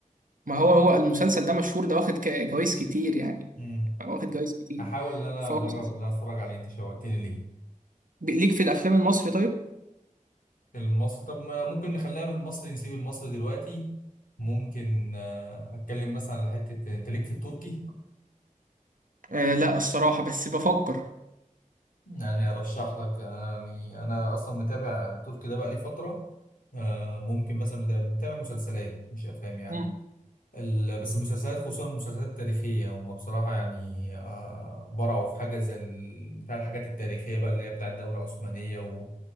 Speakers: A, on the right (about 75°); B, on the left (about 80°).
A: ما هو هو المسلسل ده مشهور ده واخد ك- جوايز كتير يعني
B: امم
A: واخد جوايز كتير
B: هحاول إن أنا
A: فهو
B: أجرب
A: مسلسل
B: إن أنا أتفرج عليه أنت شوقتني ليه
A: ب- ليك في الأفلام المصري طيب؟
B: المصري طب ما ممكن نخلينا في المصري نسيب المصري دلوقتي ممكن آه، أتكلم مثلا على حتة أنت ليك في التركي
A: آه لا الصراحة بس بفكر
B: يعني أرشح لك يعني أنا أصلا متابع التركي ده بقالي فترة آه، ممكن مثلا متابع متابع مسلسلات مش أفلام يعني
A: مم.
B: ال- بس المسلسلات خصوصا المسلسلات التاريخية هم بصراحة يعني آه، برعوا في حاجة زي ال- بتاع الحاجات التاريخية بقى اللي هي بتاع الدولة العثمانية و...